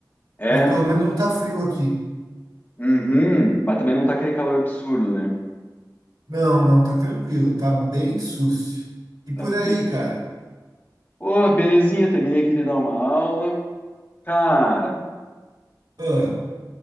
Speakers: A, on the left; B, on the right.
A: é,
B: mas pelo menos não tá frio aqui.
A: uhum. Mas também não tá aquele calor absurdo, né?
B: Não, não, tá tranquilo, tá bem sucio. E por
A: Tá be...
B: aí, cara?
A: Ô, belezinha, terminei aqui de dar uma aula. Cara,
B: Ah,